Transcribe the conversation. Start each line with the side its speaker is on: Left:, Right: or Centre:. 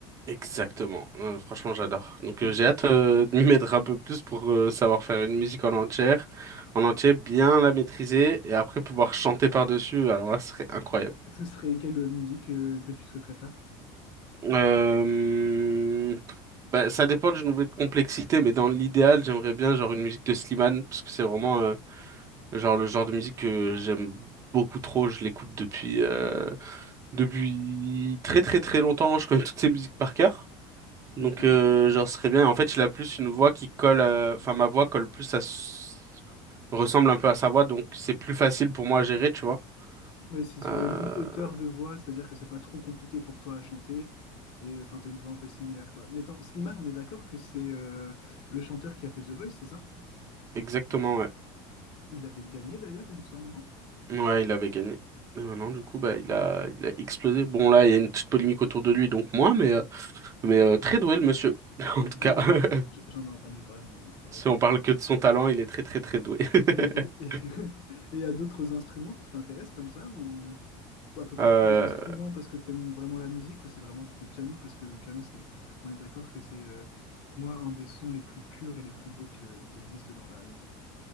Right: Exactement, Euh, franchement j'adore. Donc
Left: Et
Right: euh,
Left: du-
Right: j'ai hâte euh, <laughs> de m'y mettre un peu plus pour euh, savoir faire une musique en entière, en entier, bien la maîtriser et après pouvoir chanter par-dessus, alors là ce serait incroyable.
Left: ce serait quelle euh, musique euh, que tu souhaiterais faire?
Right: Euh, bah, ça dépend du niveau de complexité, mais dans l'idéal, j'aimerais bien genre une musique de Slimane, parce que c'est vraiment euh, genre le genre de musique que j'aime beaucoup trop. Je l'écoute depuis euh, depuis très très très longtemps. Je connais toutes ses musiques par cœur, donc
Left: Ok.
Right: euh, genre ce serait bien. En fait, il a plus une voix qui colle, euh, enfin ma voix colle plus à s- ressemble un peu à sa voix, donc c'est plus facile pour moi à gérer, tu vois.
Left: Ouais, c'est sur
Right: Euh,
Left: les mêmes hauteurs de voix, c'est-à-dire que c'est pas trop compliqué pour toi à chanter. Et euh, enfin, t'as une voix un peu similaire, quoi. Mais attends, Slimane, on est d'accord que c'est euh, le chanteur qui a fait The Voice, c'est ça?
Right: exactement. ouais.
Left: Il avait gagné d'ailleurs, il me semble, non?
Right: Ouais, il avait gagné. Et maintenant, du coup, bah, il a, il a explosé. Bon, là, il y a une petite polémique autour de lui, donc moi, mais, euh, mais euh, très doué, le monsieur. <laughs> En tout
Left: Ah
Right: cas,
Left: oui,
Right: <laughs>
Left: je- je- j'en ai entendu parler, j'en ai entendu parler.
Right: si on parle que de son talent, il est très, très, très doué. <laughs>
Left: Et et- et- <laughs> et il y a d'autres instruments qui t'intéressent comme ça, ou ou à peu près
Right: Euh,
Left: tous les instruments parce que t'aimes vraiment la musique, ou c'est vraiment juste le piano, parce que le piano, c'est, on est d'accord que c'est euh, pour moi un des sons les plus purs et les plus beaux que- qui existent dans la musique.